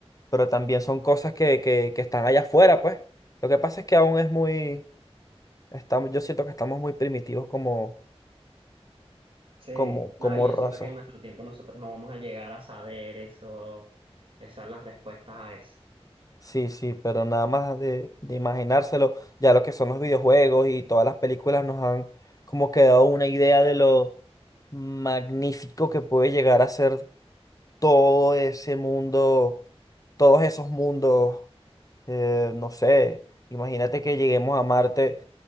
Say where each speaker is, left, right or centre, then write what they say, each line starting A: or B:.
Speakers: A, on the left; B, on the right.
A: pero también son cosas que, que, que están allá afuera, pues. Lo que pasa es que aún es muy, estamos, yo siento que estamos muy primitivos como,
B: Sí,
A: como,
B: no,
A: como
B: y yo
A: raza.
B: siento que en nuestro tiempo nosotros no vamos a llegar a saber eso, esas las respuestas a eso.
A: Sí, sí, pero nada más de, de imaginárselo, ya lo que son los videojuegos y todas las películas nos han como que dado una idea de lo magnífico que puede llegar a ser todo ese mundo, todos esos mundos, eh, no sé, imagínate que lleguemos a Marte.